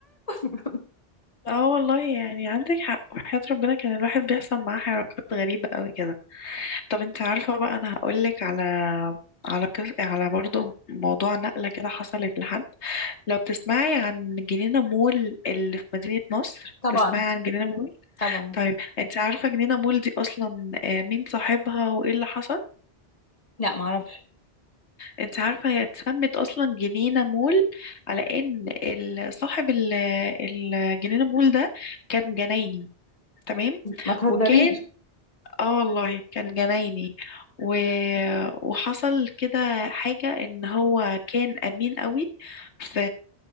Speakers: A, on the left; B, on the left.
A: أتعلم
B: اه والله يعني عندك حق وحياة ربنا كان الواحد بيحصل معاه حركات غريبة قوي كده طب انت عارفة بقى انا هقولك على على كس... على برضو موضوع نقلة كده حصلت لحد لو تسمعي عن جنينة مول اللي في مدينة نصر
A: <laughs> طبعا
B: تسمعي عن جنينة مول
A: طبعا
B: طيب انت عارفة جنينة مول دي اصلا آه، مين صاحبها وايه اللي حصل
A: لا ما اعرفش
B: انت عارفة هي اتسمت اصلا جنينة مول على ان ال- صاحب ال- الجنينة مول ده كان جنايني تمام
A: ما تهزريش
B: وكان اه والله كان جنايني و... وحصل كده حاجة ان هو كان امين قوي ف